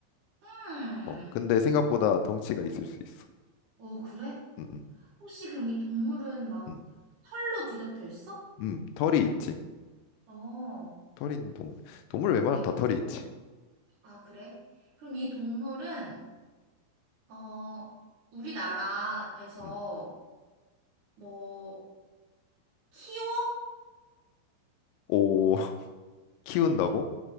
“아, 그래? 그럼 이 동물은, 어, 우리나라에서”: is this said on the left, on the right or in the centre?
Right